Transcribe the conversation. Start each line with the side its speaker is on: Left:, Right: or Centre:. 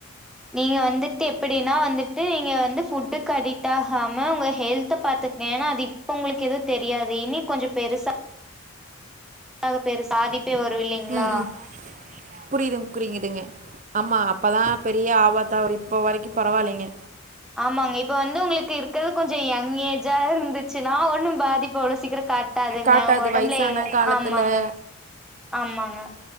Centre: நீங்க வந்துட்டு எப்டின்னா வந்துட்டு நீ வந்து ஃபுட்டுக்கு அடிக்ட் ஆகாம உங்க ஹெல்த பாத்துக்கிட்டினா அது இப்ப உங்களுக்கு எதுவும் தெரியாது இனி கொஞ்சம் பெருசா <unintelligible> இல்லைங்களா
Right: ம் ம் புரியுது புரியுதுங்க ஆமா அப்ப தா பெரிய ஆபத்தாவரு இப்ப வரைக்கு பரவாயில்லிங்க
Centre: ஆமாங்க இப்ப வந்து உங்களுக்கு இருக்குறது கொஞ்சோ யங் ஏஜா இருந்துச்சின்னா ஒண்ணு பாதிப் போ அவ்ளோ சீக்கிர காட்டாதுங்க
Right: காட்டாது
Centre: உங்க ஒடம்புல
Right: வயசான காலத்தில்
Centre: ஆமாங்க ஆமாங்க